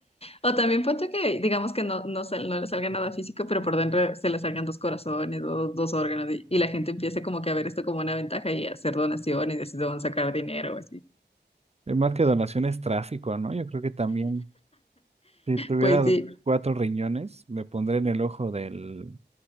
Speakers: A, on the left; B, on the right.
A: O también ponte que, digamos que no, no, sal- no le salga nada físico, pero por dentro se le salgan dos corazones, dos, dos órganos, y, y la gente empiece como que a ver esto como una ventaja y a hacer donaciones, y así se van a sacar dinero, así.
B: Eh, Más que donaciones, tráfico, ¿no? Yo creo que también, si tuviera
A: Pues sí,
B: cuatro riñones, me pondré en el ojo del